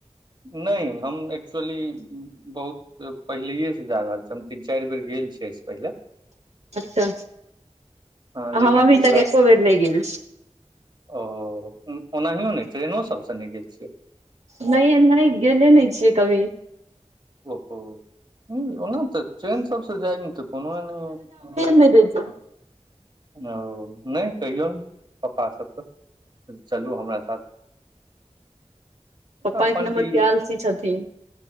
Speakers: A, on the right; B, on the right.
A: नैय हम एकचुवली बहु त पहिलैये से जा रहल छियै, हम तीन चारि बेर गेल छियै अैय से पहिले।
B: अच्छा,
A: अ,
B: आ
A: लेकिन
B: हम अभी
A: पिछला
B: तक एको बेर नैय गेल छी।
A: ओ ओनाहियो नहि ट्रेनो सब से नैय गेल छियै।
B: नहिए नैय गेले नैय छियै कभी।
A: ओहो, नहि ओना तऽ ट्रेन सब से जाय तऽ कोनो एहन नहि हँ
B: नैय दैत जॉ
A: ओ, नहि कहियौन पापा सबके चलू हमरा साथ।
B: पप्पा
A: अपन
B: एक नम्बर
A: तऽ इ,
B: के आलसी छथिन